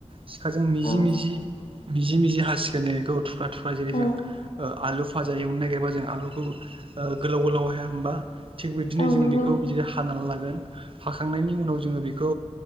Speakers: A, on the right; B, on the left.
A: सि सिखाजों मिजि
B: औ
A: मिजि मिजि मिजि हासिगोन जों बेखौ थुख्रा थुख्रा जेरै
B: औ
A: जों ओ आलु भाजा एवनो नागिरबा जों आलुखौ गोलाव गोलाव हाया होमबा थिग बिदिनो
B: औ
A: जों
B: नंगौ
A: बेखौ बिदि हानानै लागोन। हाखांनायनि उनाव जों बेखौ